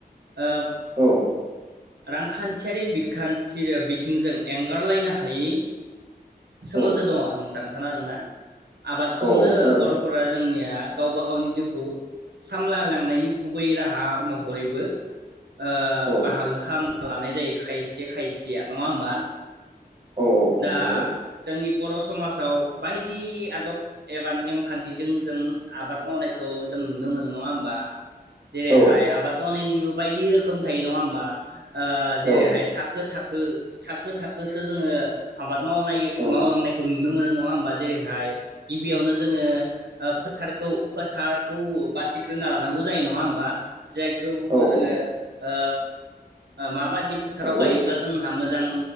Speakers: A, on the right; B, on the right.
A: ओ
B: औ
A: रांखा खानथियारि बिखान्थि बिथिंजों एंगारलायनो हायि सोमोन्दो
B: औ
A: दङ नोंथां खोनादोंना? आबादखौनो
B: औ खोनादों
A: बर'फोरा जोंनिया गावबा गावनि जिउखौ सामलायलांनायनि गुबै राहा महरैबो ओ
B: औ
A: बाहागो खालामना लानाय जायो। खायसे खायसेया नङा होम्बा?
B: औ औ
A: दा
B: नंगौ
A: जोंनि बर' समाजाव बायदि आदब एबा नेमखान्थिजों जों आबाद मावनायखौ जों नुनो मोनो नङा होमबा? जेरैहाय
B: औ
A: आबाद मावनायनिबो बायदि रोखोम थायो नङा होमबा? ओ जेरैहाय
B: औ
A: थाखो थाखो थाखो थाखोसो जोङो आबाद मावनाय
B: औ
A: मावलांनायखौ नुनो मोनो नङा होमबा जेरैहाय गिबियावनो जोङो ओ फोथारखौ फोथारखौ बासिग्रोना लानांगौ जायो नङा होमबा? जायखौ बुङो
B: औ
A: जोङो
B: औ
A: ओ माबादि फोथाराव
B: नंगौ
A: गायोब्ला जोंहा मोजां